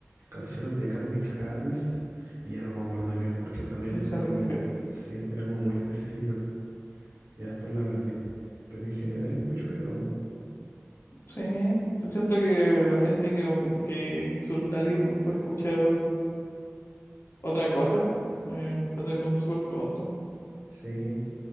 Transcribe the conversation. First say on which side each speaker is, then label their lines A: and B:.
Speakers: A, on the right (about 70°); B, on the left (about 60°).
A: canciones de Calvin Harris, y ya no me acuerdo qué más, porque esa playlist
B: Calvin
A: era como,
B: Harris.
A: sí, era como muy específica, y después la perdí. Pero en general escucho de todo.
B: Sí, siento que la gente que, que insulta a alguien más por escuchar otra cosa, eh, cuando que son súper tontos.
A: Sí,